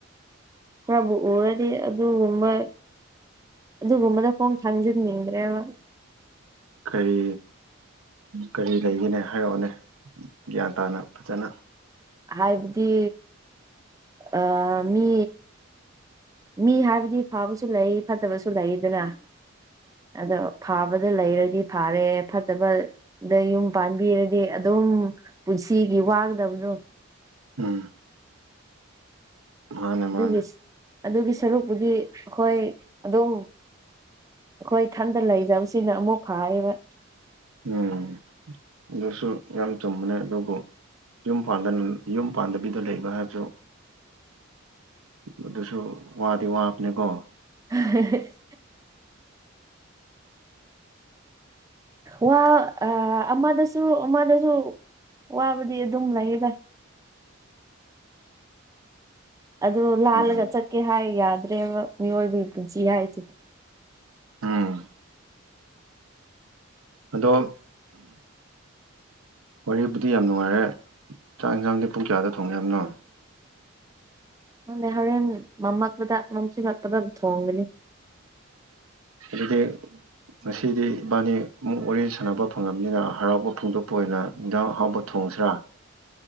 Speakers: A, on the right (about 15°); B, on the right (about 85°).
A: ꯈꯔꯕꯨ ꯎꯔꯥꯗꯤ ꯑꯗꯨꯒꯨꯝꯕ ꯑꯗꯨꯒꯨꯝꯕꯗ ꯈꯣꯡ ꯊꯥꯡꯖꯟꯅꯤꯡꯗ꯭ꯔꯦꯕ
B: ꯀꯔꯤ ꯀꯔꯤ ꯂꯩꯒꯦꯅꯦ ꯍꯥꯏꯔꯛꯑꯣꯅꯦ ꯒ꯭ꯌꯥꯟ ꯇꯥꯅ ꯐꯖꯅ
A: ꯍꯥꯏꯕꯥꯗꯤ ꯑꯥ ꯃꯤ ꯃꯤ ꯍꯥꯏꯕꯗꯤ ꯐꯕꯁꯨ ꯂꯩ ꯐꯠꯇꯕꯁꯨ ꯂꯩ ꯗꯥꯅ ꯑꯗꯣ ꯐꯥꯕꯗ ꯂꯩꯔꯗꯤ ꯐꯥꯔꯦ ꯐꯠꯇꯕ ꯑꯗꯥ ꯌꯨꯝ ꯄꯥꯟꯕꯤꯔꯗꯤ ꯑꯗꯨꯝ ꯄꯨꯟꯁꯤꯒꯤ ꯋꯥꯒꯗꯕꯗꯣ
B: ꯎꯝ ꯃꯥꯅꯦ
A: ꯑꯗꯨꯒꯤ
B: ꯃꯥꯅꯦ
A: ꯑꯗꯨꯒꯤ ꯁꯔꯨꯛꯄꯨꯗꯤ ꯑꯩꯈꯣꯏ ꯑꯗꯨꯝ ꯑꯩꯈꯣꯏ ꯏꯊꯟꯗ ꯂꯩꯖꯕꯁꯤꯅ ꯑꯃꯨꯛ ꯐꯥꯏꯌꯦꯕ
B: ꯎꯝ ꯑꯗꯨꯁꯨ ꯌꯥꯝ ꯆꯨꯝꯕꯅꯦ ꯑꯗꯨꯕꯨ ꯌꯨꯝ ꯄꯥꯟꯗꯥ ꯌꯨꯝ ꯄꯥꯟꯗꯕꯤꯗ ꯂꯩꯕ ꯍꯥꯏꯕꯗꯣ ꯑꯗꯨꯁꯨ ꯋꯥꯗꯤ ꯋꯥꯕꯅꯤꯀꯣ
A: <unintelligible> ꯋꯥ ꯑꯃꯗꯁꯨ ꯑꯃꯗꯁꯨ ꯋꯥꯕꯗꯤ ꯑꯗꯨꯝ ꯂꯩꯌꯦꯗꯥ ꯑꯗꯨ ꯂꯥꯜꯂꯒ
B: ꯎꯝ
A: ꯆꯠꯀꯦ ꯍꯥꯏ ꯌꯥꯗ꯭ꯔꯦꯕ ꯃꯤꯑꯣꯏꯕꯒꯤ ꯄꯨꯟꯁꯤ ꯍꯥꯏꯁꯦ
B: ꯎꯝ ꯑꯗꯣ ꯋꯥꯔꯤꯕꯨꯗꯤ ꯌꯥꯝ ꯅꯨꯡꯉꯥꯏꯔꯦ ꯆꯥꯛ ꯌꯦꯟꯁꯥꯡꯗꯤ ꯄꯨꯡ ꯀꯌꯥꯗ ꯊꯣꯡꯉꯦ ꯍꯥꯏꯕꯅꯣ
A: ꯈꯪꯗꯦ ꯍꯣꯔꯦꯟ ꯃꯝꯃꯛꯄꯗ ꯃꯝꯁꯤꯜꯂꯛꯄꯗ ꯊꯣꯡꯒꯅꯤ
B: ꯑꯗꯨꯗꯤ ꯉꯁꯤꯗꯤ ꯏꯕꯥꯅꯤ ꯑꯃꯨꯛ ꯋꯥꯔꯤ ꯁꯥꯟꯅꯕ ꯐꯪꯉꯕꯅꯤꯅ ꯍꯔꯥꯎꯕ ꯐꯣꯡꯗꯣꯛꯄ ꯑꯣꯏꯅ ꯏꯖꯥꯡ ꯑꯍꯥꯎꯕ ꯊꯣꯡꯁꯤꯔꯥ